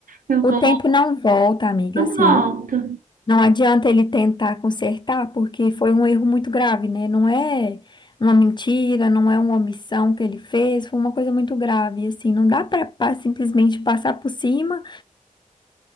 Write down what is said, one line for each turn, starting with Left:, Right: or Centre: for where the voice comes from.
Right: Eu
Left: O
Right: vou,
Left: tempo não volta, amiga,
Right: não
Left: assim.
Right: volto.
Left: Não adianta ele tentar consertar, porque foi um erro muito grave, né? Não é uma mentira, não é uma omissão que ele fez, foi uma coisa muito grave, assim, não dá para simplesmente passar por cima